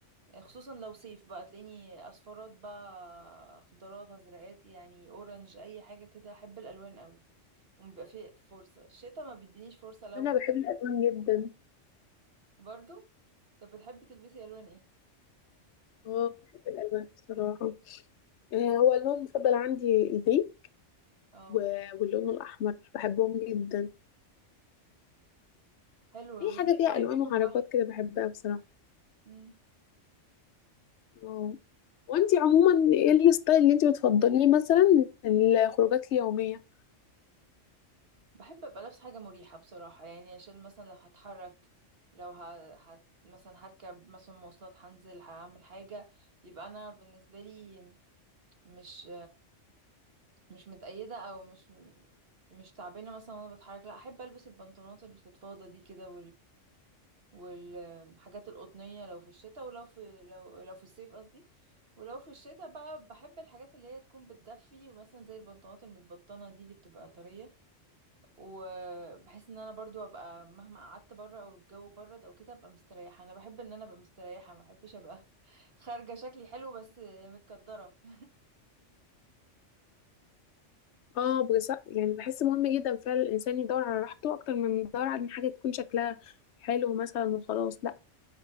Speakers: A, on the right; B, on the left.
A: خصوصا لو صيف بقى تلاقيني اصفرات بقى خضارات ازرقات يعني اورنج اي حاجة كده احب الالوان قوي وبيبقى فيه فرصة الشتا ما بيدينيش فرصة الون
B: انا بحب الالوان جدا
A: برضو طب بتحبي تلبسي الوان ايه
B: اه بحب الالوان بصراحة آه، هو اللون المفضل عندي البيج
A: اه
B: و- واللون الاحمر بحبهم جدا
A: حلو
B: اي
A: والاتنين
B: حاجة فيها
A: قريبين
B: الوان وحركات
A: من بعض
B: كده بحبها بصراحة
A: مم.
B: اه وانتي عموما ايه الستايل اللي انتي بتفضليه مثلا الخروجات اليومية
A: بحب ابقى لابس حاجه مريحه بصراحه يعني عشان مثلا لو هتحرك لو ه... هت... مثلا هركب مثلا مواصلات هنزل هعمل حاجه يبقى انا بالنسبه لي مش مش متقيده او مش مش تعبانه مثلا وانا بتحرك لا احب البس البنطلونات الفضفاضه دي كده والحاجات القطنية لو في الشتاء ولو في لو لو في الصيف قصدي ولو في الشتاء بقى بحب الحاجات اللي هي تكون بتدفي ومثلا زي البنطلونات المتبطنة دي اللي بتبقى طرية وبحس ان انا برضو ابقى مهما قعدت بره او الجو برد او كده ابقى مستريحة انا بحب ان انا ابقى مستريحة ما بحبش ابقى <laughs> خارجة شكلي حلو بس متكدرة <laughs>
B: اه بس يعني بحس مهم جدا فعلا الانسان يدور على راحته اكتر من يدور على إن حاجه تكون شكلها حلو مثلا وخلاص لا